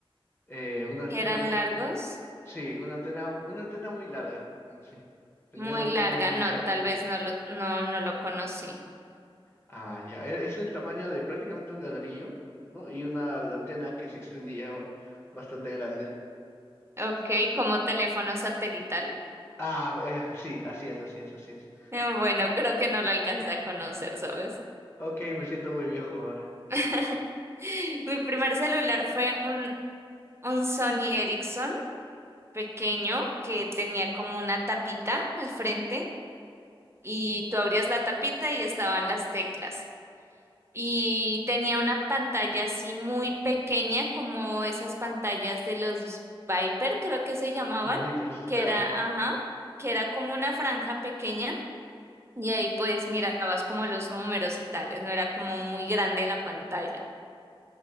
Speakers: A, on the left (about 25°); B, on the right (about 25°).
A: Eh, una antena,
B: que eran
A: mu-
B: largos,
A: Sí, una antena, una antena muy larga. mm, Sí, tenía
B: muy
A: una antena
B: larga.
A: muy
B: No,
A: larga.
B: tal vez no lo, no, no lo conocí.
A: Ah, ya. e- Es el tamaño de prácticamente un ladrillo, ¿no? Y una la antena que se extendía ba- bastante grande.
B: Ok, como teléfono satelital.
A: Ah, eh, sí, así es, así es, así es.
B: Eh, Bueno, creo que no lo alcancé a conocer, ¿sabes?
A: Ok, me siento muy viejo ahora.
B: <laughs> Mi primer celular fue un, un Sony Ericsson pequeño que tenía como una tapita al frente y tú abrías la tapita y estaban las teclas. Y tenía una pantalla así muy pequeña como esas pantallas de los Viper, creo que se llamaban,
A: Los Vipers,
B: que
A: claro,
B: era, ajá, que era como una franja pequeña y ahí pues mirabas como los números y tales, no era como muy grande la pantalla.